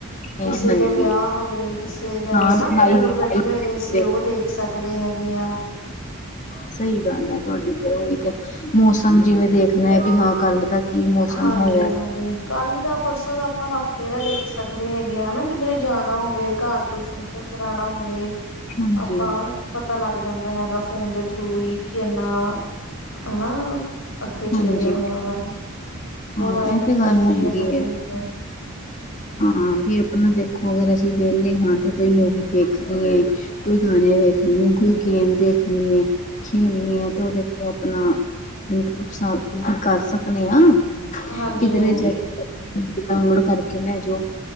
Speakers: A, on the left (about 65°); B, on the left (about 35°).
A: ਕਿਸੇ
B: ਹਾਂਜੀ।
A: ਦਾ ਵਿਆਹ ਹੋਵੇ ਕਿਸੇ ਦਾ
B: ਹਾਂ
A: ਹਨਾ ਆਪਾਂ
B: ਲਾਈਵ
A: ਦੂਰ
B: ਲਾਈਵ
A: ਬੈਠੇ ਹੋਏ, ਅਸੀਂ ਉਹ ਸਕਦੇ ਹੈਗੇ ਹਾਂ। <inaudible>
B: ਸਹੀ ਗੱਲ ਏ ਤੁਆਡੀ ਤੇ ਉਹੀ ਤੇ ਮੌਸਮ ਜਿਵੇਂ ਦੇਖਣਾ ਹੈ ਵੀ ਹਾਂ ਕੱਲ ਦਾ ਕੀ ਮੌਸਮ
A: ਹਾਂਜੀ
B: ਹੈਗਾ।
A: ਹਾਂਜੀ ਕੱਲ ਦਾ ਪਰਸੋਂ ਦਾ ਆਪਾਂ ਹਫਤੇ ਦਾ ਦੇਖ ਸਕਦੇ ਹੈਗੇ ਆ ਹਨਾ, ਕਿਧਰੇ ਜਾਣਾ ਹੋਵੇ ਘਰ ਕੋਈ ਫੰਕਸ਼ਨ ਕਰਾਣਾ ਹੋਵੇ।
B: ਹਾਂਜੀ
A: ਆਪਾਂ ਪਤਾ ਲੱਗ ਜਾਂਦਾ ਹੈਗਾ ਫੋਨ ਦੇ ਥਰੂ ਈ। ਕਿ ਇੰਨਾ ਹਨਾ, ਅੱਗੇ ਚਲੇ
B: ਹਾਂਜੀ
A: ਗਿਆ ਹੋਇਆ ਵਆ ਬਹੁਤ
B: ਹਾਂ
A: ਜ਼ਿਆਦਾ
B: ਇਹ
A: ਟੈਕਨੋਲੋਜੀ
B: ਤੇ ਗੱਲ ਹੈਗੀ
A: ਆ ਗਈ ਹੋਈ ਹੈ।
B: ਹਾਂ, ਵੀ ਆਪਣਾ ਦੇਖੋ ਅਗਰ ਅਸੀਂ ਵਿਹਲੇ ਹਾਂ, ਤੇ ਕੋਈ ਮੂਵੀ ਵੇਖਣੀ ਹੈ। ਕੋਈ ਗਾਣੇ ਵੇਖਣੇ ਨੇ, ਕੋਈ ਗੇਮ ਦੇਖਣੀ ਹੈ। ਖੇਲਣੀ ਹੈ ਤੇ ਉਹ ਦੇਖੋ ਆਪਣਾ <unintelligible> ਕਰ ਸਕਦੇ ਹਾਂ,
A: ਹਾਂਜੀ
B: ਕਿਧਰੇ
A: ਹਾਂਜੀ
B: ਜਾਈਐ <unintelligible> ਡਾਊਨਲੋਡ ਕਰਕੇ ਕਿ ਲੈਜੋ